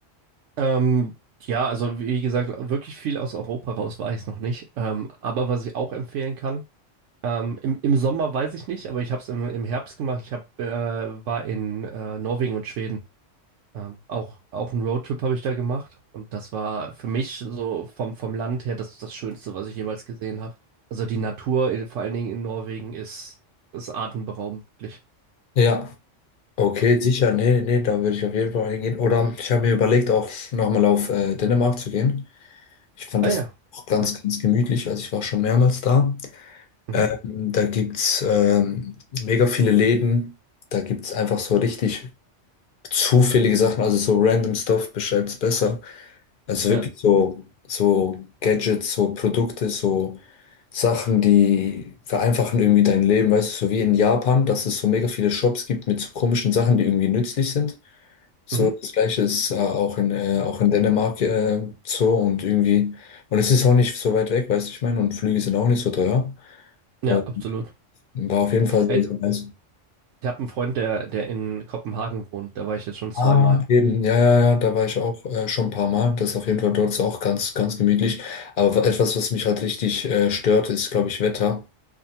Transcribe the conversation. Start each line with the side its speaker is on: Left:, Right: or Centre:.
Right: Ähm, ja, also wie gesagt, wirklich viel aus Europa raus war ich noch nicht. Ähm, aber was ich auch empfehlen kann, ähm, im, im Sommer weiß ich nicht, aber ich habe es im, im Herbst gemacht. Ich hab, äh, war in äh, Norwegen und Schweden. Ähm, auch, auch einen Roadtrip habe ich da gemacht. Und das war für mich so vom, vom Land her das, das Schönste, was ich jemals gesehen habe. Also die Natur, in, vor allen Dingen in Norwegen, ist, ist atemberaubend, wirklich.
Left: Ja, okay, sicher. Nee, nee, da würde ich auf jeden Fall hingehen. Oder ich habe mir überlegt, auch nochmal auf äh, Dänemark zu gehen. Ich fand
Right: Ah
Left: das
Right: ja.
Left: auch ganz,
Right: Ja.
Left: ganz gemütlich. Also ich war schon mehrmals da.
Right: Mhm.
Left: Ähm, da gibt es ähm, mega viele Läden. Da gibt es einfach so richtig zufällige Sachen, also so random Stuff beschreibt's besser. Also wirklich
Right: Ja.
Left: so, so Gadgets, so Produkte, so Sachen, die vereinfachen irgendwie dein Leben, weißt du, so wie in Japan, dass es so mega viele Shops gibt mit so komischen Sachen, die irgendwie nützlich sind. So,
Right: Mhm.
Left: das Gleiche ist äh, auch in, äh, auch in Dänemark äh, so und irgendwie, und es ist auch nicht so weit weg, weißt du, ich meine, und Flüge sind auch nicht so teuer.
Right: Ja,
Left: Und
Right: absolut.
Left: war auf jeden Fall sehr,
Right: Ey,
Left: sehr nice.
Right: Ich habe einen Freund, der, der in Kopenhagen wohnt. Da war ich jetzt schon zweimal.
Left: Ah, eben, ja, ja, ja, da war ich auch äh, schon ein paar Mal. Das ist auf jeden Fall dort ist auch ganz, ganz gemütlich. Aber etwas, was mich halt richtig äh, stört, ist, glaube ich, Wetter.